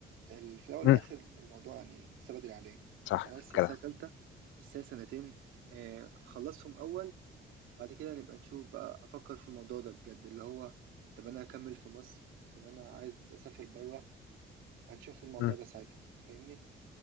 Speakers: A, on the right (about 85°); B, on the left (about 75°).
A: ال- في الاول
B: مم.
A: والاخر الموضوع يعني لسه بدري عليه
B: صح
A: انا لسه
B: كده
A: السنه ثالثه لسه سنتين آه، خلصهم اول بعد كده نبقى نشوف بقى افكر في الموضوع ده بجد اللي هو طب انا اكمل في مصر طب انا عايز اسافر بره هنشوف الموضوع
B: مم.
A: ده ساعتها فاهمني